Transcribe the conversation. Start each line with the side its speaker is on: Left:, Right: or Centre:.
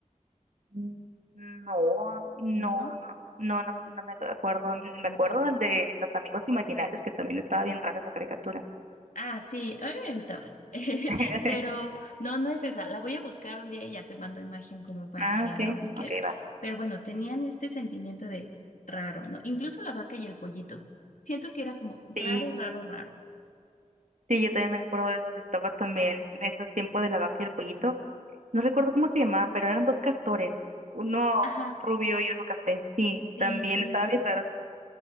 Right: Mm, No, no,
Left: ¿no?
Right: no, no, no, no me acuerdo, me
Left: No.
Right: acuerdo del de Los Amigos Imaginarios, que también estaba bien rara esa caricatura.
Left: Ah, sí, a mí me gustaba. <laughs>
Right: <laughs>
Left: Pero no, no es esa. La voy a buscar un día y ya te mando imagen como para
Right: Ah,
Left: que
Right: ok,
Left: la ubiques.
Right: ok, va.
Left: Pero bueno, tenían este sentimiento de raro, ¿no? Incluso la vaca y el pollito. Siento que era como raro,
Right: Sí,
Left: raro, raro.
Right: sí, yo también me acuerdo de esos. Estaba también en ese tiempo de la vaca y el pollito. No recuerdo cómo se llamaba, pero eran dos castores, uno
Left: Ajá,
Right: rubio y uno café. Sí,
Left: sí,
Right: también
Left: justo.
Right: estaba bien raro.